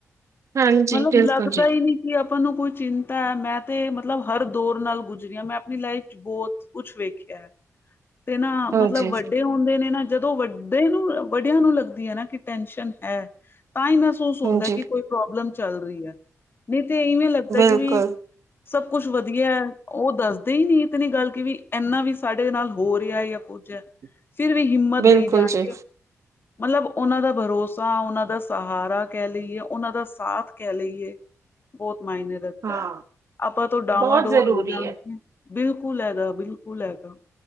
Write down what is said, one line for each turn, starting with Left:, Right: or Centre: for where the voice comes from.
Right: ਹਾਂਜੀ
Left: ਮਤਲਬ
Right: ਬਿਲਕੁਲ
Left: ਲੱਗਦਾ
Right: ਜੀ।
Left: ਹੀ ਨਹੀਂ ਵੀ ਆਪਾਂ ਨੂੰ ਕੋਈ ਚਿੰਤਾ ਹੈ ਮੈਂ ਤੇ ਮਤਲਬ ਹਰ ਦੌਰ ਨਾਲ ਗੁਜਰੀ ਹ ਮੈਂ ਆਪਣੀ ਲਾਈਫ ਚ ਬਹੁਤ ਕੁਛ ਵੇਖਿਆ ਹੈ ਤੇ ਨਾ ਮਤਲਬ
Right: ਹਾਂਜੀ,
Left: ਵੱਡੇ ਹੁੰਦੇ ਨੇ ਨਾ ਜਦੋਂ ਵੱਡੇ ਨੂੰ ਵੱਡਿਆਂ ਨੂੰ ਲੱਗਦੀ ਹੈ ਨਾ ਕਿ ਟੈਸ਼ਨ ਹੈ ਤਾਂ ਹੀ ਮਹਿਸੂਸ ਹੁੰਦਾ
Right: ਹਾਂਜੀ
Left: ਕਿ ਕੋਈ ਪ੍ਰੋਬਲਮ ਚੱਲ ਰਹੀ ਹੈ ਨਹੀਂ ਤੇ ਇਵੇਂ ਲੱਗਦਾ
Right: ਬਿਲਕੁਲ,
Left: ਕਿ ਵੀ ਸਭ ਕੁਛ ਵਧੀਆ ਹੈ ਉਹ ਦੱਸਦੇ ਹੀ ਨਹੀਂੀ ਇਹ ਤਾਂ ਨ ਗੱਲ ਕਿ ਵੀ ਇੰਨਾ ਵੀ ਸਾਡੇ ਨਾਲ ਹੋ ਰਿਹਾ ਜਾਂ ਕੁੱਝ ਹੈ
Right: <unintelligible>
Left: ਫਿਰ ਵੀ ਹਿੰਮਤ
Right: ਬਿਲਕੁਲ
Left: ਦੇਈ ਜਾਣਗੇ
Right: ਜੀ।
Left: ਮਤਲਬ ਉਹਨਾਂ ਦਾ ਭਰੋਸਾ ਉਹਨਾਂ ਦਾ ਸਹਾਰਾ ਕਹਿ ਲਈਏ ਉਹਨਾਂ ਦਾ ਸਾਥ ਕਹਿ ਲਈਏ ਬਹੁਤ ਮਾਇਨੇ ਰੱਖਦਾ
Right: ਹਾਂ,
Left: ਆਪਾਂ ਤੋਂ ਡਾਵਾਂ
Right: ਬਹੁਤ
Left: ਡੋਲ
Right: ਜ਼ਰੂਰੀ
Left: ਹੋ ਜਾਣ
Right: ਐ।
Left: ਬਿਲਕੁਲ ਹੈਗਾ ਬਿਲਕੁਲ ਹੈਗਾ